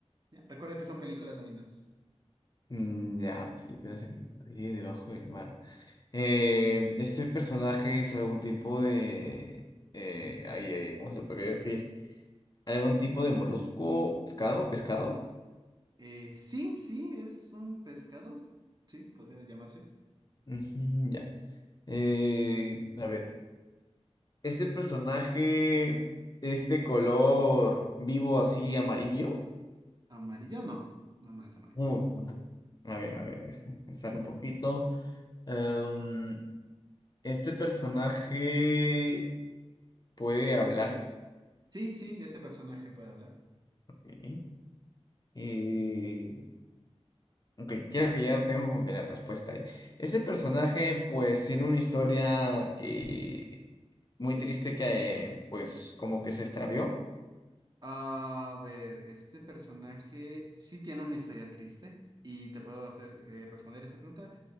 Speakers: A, on the right; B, on the left.
A: ¿ya? Recuerda que son películas animadas.
B: Mm, ya, películas animadas. Y debajo del mar. Eh, ¿este personaje es algún tipo de... Eh, ay, ay, ay, ¿cómo se lo podría decir? ¿Algún tipo de molusco, pescado, pescado?
A: Eh, sí, sí, es un pescado. Sí, podría llamarse.
B: Ujú, ya. Eh, a ver. Este personaje es de color vivo así amarillo.
A: Amarillo, no. No, no es amarillo.
B: Uy, a ver, a ver, déjame pensar un poquito. Em, este personaje puede hablar.
A: Sí, sí, ese personaje puede hablar.
B: Ok. Eh, ok, creo que ya tengo como que la respuesta ahí. Este personaje pues tiene una historia que muy triste que eh, pues como que se extravió.
A: A ver, este personaje sí tiene una historia triste y te puedo hacer eh, responder esa pregunta.